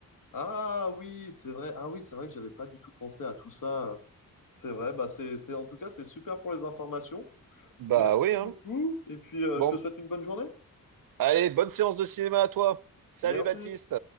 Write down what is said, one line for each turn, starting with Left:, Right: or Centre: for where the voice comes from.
Left: Ah oui, c'est vrai. Ah oui, c'est vrai que j'avais pas du tout pensé à tout ça. C'est vrai. Bah c'est, c'est, en tout cas, c'est super pour les informations.
Right: bah
Left: Merci
Right: oui hein.
Left: beaucoup. Et puis, euh,
Right: bon
Left: je te souhaite une bonne journée.
Right: Allez, bonne séance de cinéma à toi. Salut
Left: Merci.
Right: Baptiste.